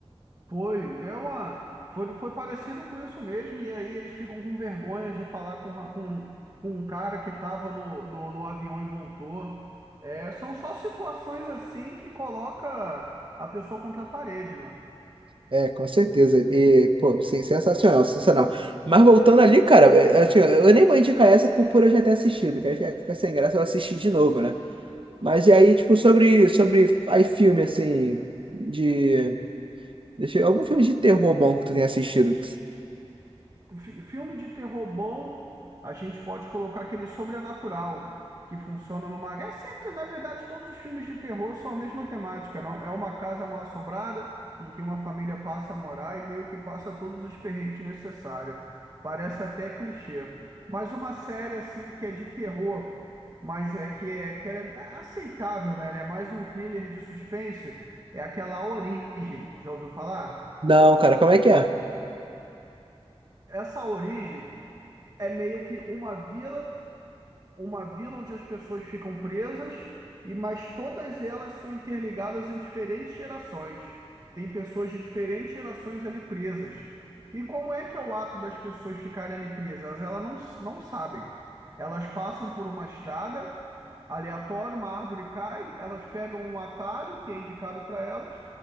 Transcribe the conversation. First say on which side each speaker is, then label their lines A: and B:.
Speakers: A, on the right; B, on the right.
A: Foi, é uma, foi, foi parecido com isso mesmo. E aí eles ficam com vergonha de falar com, ra- com, com um cara que estava no, no, no avião e voltou. É, são só situações assim que coloca a pessoa contra a parede, né?
B: É, com certeza. E, pô, sim, sensacional, sensacional. Mas voltando ali, cara, é, assim, eu nem vou indicar essa por, por eu já ter assistido, que aí fica fica sem graça eu assistir de novo, né? Mas e aí, tipo, sobre, sobre aí filme, assim, de... Deixa eu... Algum filme de terror bom que tu tenha assistido?
A: fi- filme de terror bom, a gente pode colocar aquele sobrenatural, que funciona numa. É sempre, na verdade, todos os filmes de terror são a mesma temática, não? É uma casa mal assombrada em que uma família passa a morar e meio que passa todos os perrengues necessários. Parece até clichê. Mas uma série assim que é de terror, mas é que é que ela é aceitável, né? Ela é mais um thriller de suspense, é aquela Origem. Já ouviu falar?
B: Não, cara, como é que é?
A: Essa Origem é meio que uma vila uma vila onde as pessoas ficam presas e mas todas elas são interligadas em diferentes gerações. Tem pessoas de diferentes gerações ali presas. E como é que é o ato das pessoas ficarem ali presas? Elas, elas não, s- não sabem. Elas passam por uma estrada aleatória, uma árvore cai, elas pegam um atalho que é indicado para elas